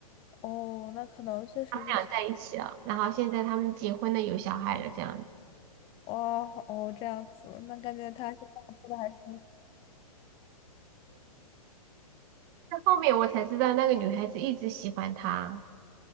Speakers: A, on the left; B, on the right.
A: 哦，那可能确实是，
B: 他们俩在一起了，然后现在他们结婚了，有小孩了，这样子。
A: 哦哦这样子，那感觉他现在过得还。挺
B: 但后面我才知道那个女孩子一直喜欢他。